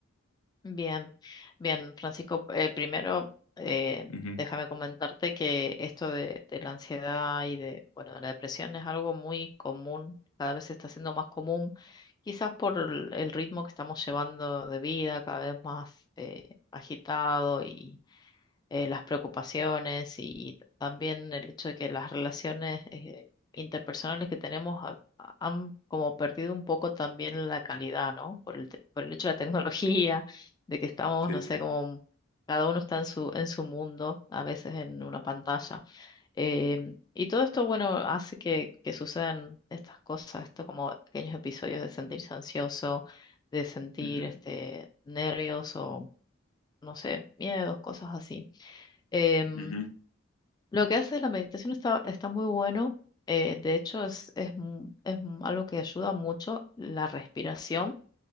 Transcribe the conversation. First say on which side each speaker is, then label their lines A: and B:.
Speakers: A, on the left (about 20°); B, on the left (about 85°).
A: Bien, bien, Francisco. eh, primero, eh,
B: Ujú,
A: déjame comentarte que esto de, de la ansiedad y de, bueno, de la depresión es algo muy común, cada vez se está haciendo más común, quizás por el el ritmo que estamos llevando de vida, cada vez más eh, agitado y eh, las preocupaciones y también el hecho de que las relaciones eh, interpersonales que tenemos ha- ha- han como perdido un poco también la calidad, ¿no? Por el, te- por el hecho de la tecnología, de que estamos,
B: Sí.
A: no sé, como cada uno está en su, en su mundo, a veces en una pantalla. Em, y todo esto, bueno, hace que, que sucedan estas cosas, esto como pequeños episodios de sentirse ansioso, de sentir
B: Ujú,
A: este, nervios o, no sé, miedos, cosas así. Em,
B: ujú,
A: lo que hace la meditación está, está muy bueno. eh, de hecho, es, es, mu- es mu- algo que ayuda mucho la respiración.